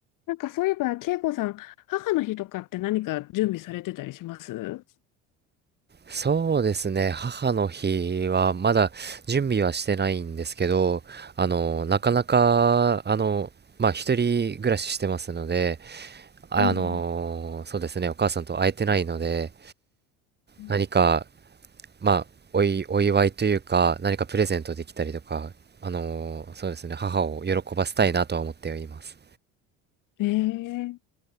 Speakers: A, on the left (about 60°); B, on the right (about 25°).
A: なんかそういえば、恵子さん、母の日とかって何か準備されてたりします
B: そうですね。母の日はまだ準備はしてないんですけど、あの、なかなか、あの、まあ、一人暮らししてますので、あ、
A: うん
B: あの、そうですね。お母さんと会えてないので、
A: うんうん
B: 何か、まあ、おい、お祝いというか、何かプレゼントできたりとか、あの、そうですね。母を喜ばせたいなとは思っています。
A: ええ